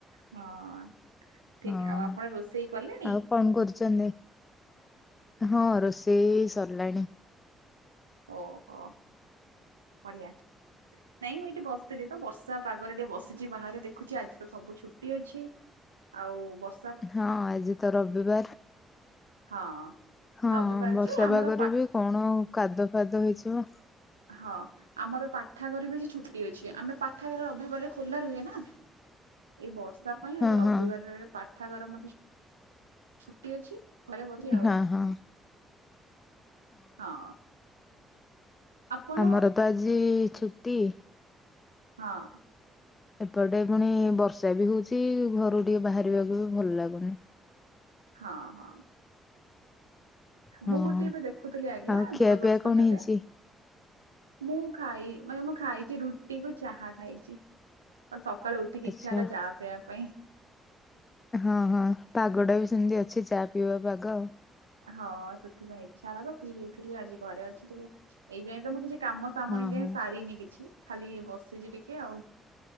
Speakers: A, on the right (about 80°); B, on the left (about 25°).
A: ହଁ ଠିକ
B: ହଁ।
A: ଆଉ ଆପଣ ରୋଷେଇ କଲେଣି
B: ଆଉ କଣ କରୁଛନ୍ତି? ହଁ ରୋଷେଇ ସରିଲାଣି।
A: ଓହୋ ବଢ଼ିଆ। ନାଇଁ ମୁଁ ଏଇଠି ବସିଥିଲି ତ ବର୍ଷା ପାଗରେ ଟିକେ ବସିଛି ବାହାରେ ଦେଖୁଛି ଆଜି ତ ସବୁ ଛୁଟି ଅଛି। ଆଉ ବସ୍।
B: ହଁ ଆଜି ତ ରବିବାର।
A: ହଁ
B: ହଁ
A: ରବିବାର
B: ବର୍ଷା
A: ଯେ ଆମର
B: ପାଗରେ
A: ପା
B: ବି କଣ କାଦ ଫାଦ ହେଇଯିବ।
A: ହଁ ଆମର ପାଠାଗାର ବି ଆଜି ଛୁଟି ଅଛି। ଆମେ ପାଠାଗାର ରବିବାର ଖୋଲା ରୁହେ ନା। ଏଇ ବର୍ଷା ପାଇଁ
B: ହଁ
A: ଆଜି ରବିବାରରେ
B: ହଁ
A: ପାଠାଗାର ମଧ୍ୟ। ଛୁଟି ଅଛି। ଘରେ <unintelligible> ଆଉ।
B: ହଁ ହଁ
A: ହଁ। ଆପଣ
B: ଆମର ତ ଆଜି ଛୁଟି।
A: ହଁ।
B: ଏପଟେ ପୁଣି ବର୍ଷା ବି ହଉଛି ଘରୁ ଟିକେ ବାହାରିବାକୁ ବି ଭଲ ଲାଗୁନି।
A: ହଁ ହଁ।
B: ହଁ
A: ମୁଁ ଗୋଟେ ଏବେ ଦେଖୁଥିଲି ଆଜ୍ଞା
B: ଆଉ ଖିଆ
A: ଦୂରଦର୍ଶନ
B: ପିଆ କଣ ହେଇଛି?
A: ରେ। ମୁଁ ଖାଇ ମାନେ ମୁଁ ଖାଇଛି ରୁଟି କୁ ଚାହା ଖାଇଛି। ସକାଳୁ ଉଠିକି
B: ଆଚ୍ଛା
A: ଇଚ୍ଛା ହେଲା ଚା ପିଇବା ପାଇଁ।
B: ହଁ ହଁ ପାଗଟା ବି ସେମିତି ଅଛି ଚା ପିଇବା ପାଗ ଆଉ।
A: ହଁ ସେଥିପାଇଁ ଇଚ୍ଛା ହେଲା ତ ପିଇ ଦେଇଥିଲି ଆଜି ଘରେ ଅଛି ଟିକେ ଏଇ ଯାଏ ତ ମୁଁ କିଛି। କାମ ସାମ
B: ହଁ
A: ଏ ଯାଇ
B: ହଁ
A: ସାରିନି କିଛି ଖାଲି ବସିଛି ଟିକେ ଆଉ